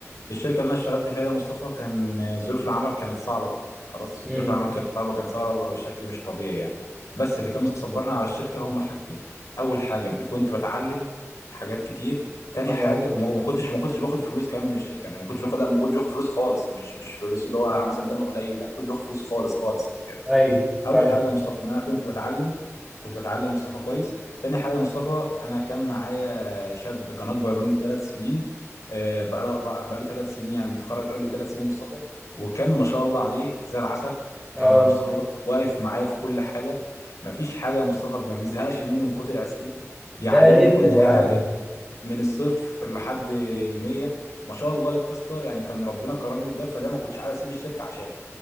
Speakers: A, on the left (about 85°); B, in the centre.
A: الشركه اللي انا اشتغلت فيها دي يا مصطفى كان ظروف العمل كانت صعبه جدا خلاص وظروف
B: امم
A: العمل كانت صعبه كانت صعبه بشكل مش طبيعي يعني بس اللي كان مصبرنا على الشركه هم حاجتين اول حاجه اني كنت بتعلم حاجات كتير تاني
B: اه
A: حاجه وما ما كنتش ما كنتش باخد فلوس كمان من الشركه يعني ما كنتش باخد لا ما كنتش باخد فلوس خالص مش مش فلوس اللي هو مثلا تمن قليل لا ما كنتش باخد فلوس خالص خالص يعني.
B: ايوه
A: اول
B: فاهم
A: حاجه يا مصطفى ان انا كنت بتعلم كنت بتعلم يا مصطفى كويس تاني حاجه يا مصطفى انا كان معايا شاب كان اكبر مني بثلاث سنين آه، بقاله اربع بقاله ثلاث سنين يعني متخرج قبل بثلاث سنين يا مصطفى وكان ما شاء الله عليه زي العسل
B: اه
A: كان يا مصطفى واقف معايا في كل حاجه ما فيش حاجه يا مصطفى ما بيزهقش مني من كتر اسئلتي بيعلمني
B: ده رزق
A: كل
B: ده
A: حاجه
B: على فكرة.
A: من الصفر لحد المية ما شاء الله يا اسطى يعني كان ربنا كرمني بده فده ما كنتش عايز اسيب الشركه عشانه